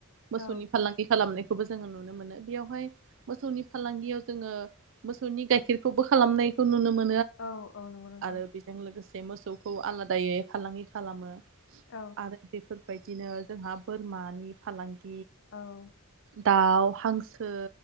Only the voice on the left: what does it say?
औ
औ औ नंगौ नों
औ
औ